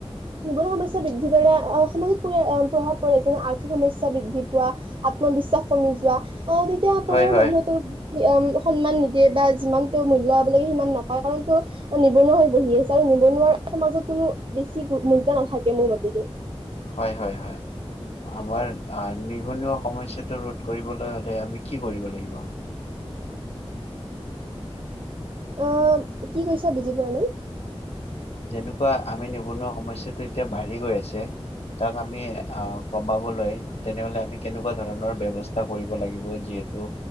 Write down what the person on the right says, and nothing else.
নিবনুৱা সমস্যা বৃদ্ধি পালে সমাজত পৰি প্ৰভাৱ পৰে, যেনে আৰ্থিক সমস্যা বৃদ্ধি পোৱা, আত্মবিশ্বাস কমি যোৱা অ' তেতিয়া আপোনাৰ
মানুহটোৰ সন্মান নিদিয়ে বা যিমানটো মূল্য পাব লাগে সিমান নাপায়, কাৰণ তেওঁ নিবনুৱা হৈ বহি আছে আৰু নিবনুৱাৰ সমাজত কোনো বেছি মূল্য নাথাকে মোৰ মতেদি।
অ' কি কৈছা বুজি পোৱা নাই।